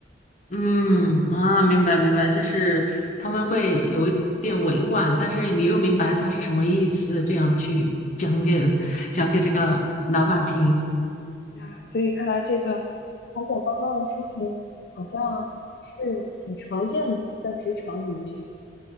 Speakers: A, on the left; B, on the left.
A: 嗯啊，明白明白，就是他们会有一点委婉，但是你又明白他是什么意思，这样去讲给讲给这个老板听。
B: 呀，所以看来这个打小报告的事情好像是挺常见的，在职场里面。